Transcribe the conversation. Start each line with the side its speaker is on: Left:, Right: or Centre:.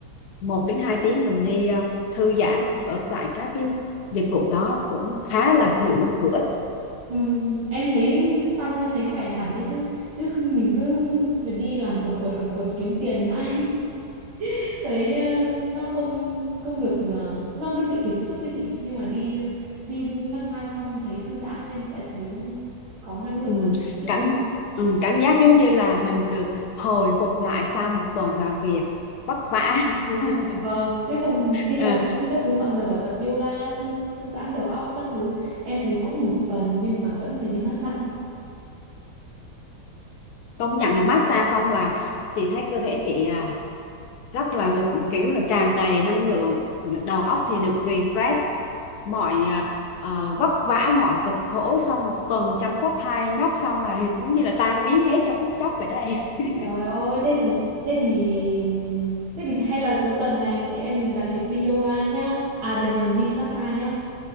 Left: một đến 2 tiếng mình đi ờ, thư giãn ở tại các cái dịch vụ đó cũng khá là hữu hữu ích
Right: Ừm, em thấy xong em thấy khỏe hẳn đấy chứ chứ mình cứ phải đi làm quần quật quần quật kiếm tiền mãi <laughs> thấy ờ, nó không không được ờ, nó nó bị kiệt sức ấy chị nhưng mà đi đi massage xong thấy thư giãn em lại thấy ừ, có năng lượng
Left: ừ,
Right: làm việc tiếp
Left: cảm
Right: nên-
Left: ừ, cảm giác giống như là mình được hồi phục lại sau một tuần làm việc vất vả
Right: <laughs>
Left: <laughs>
Right: vâng chứ còn đi
Left: Ờ,
Right: tập gym các thứ mọi người bảo tập yoga thư thư giãn đầu óc các thứ em thấy cũng một phần nhưng mà vẫn phải đi <laughs> massage
Left: công nhận là massage xong là chị thấy cơ thể chị à, rất là lực kiểu là tràn đầy năng lượng đầu óc thì được refresh mọi à, ờ, vất vả mọi cực khổ sau một tuần chăm sóc hai nhóc xong là giống như là tan biến hết trong phút chốc vậy đó em <laughs>
Right: trời ơi thế thì thế thì thế thì hay là cuối tuần này chị em mình đặt lịch đi yoga nhá à để nhầm đi massage nhá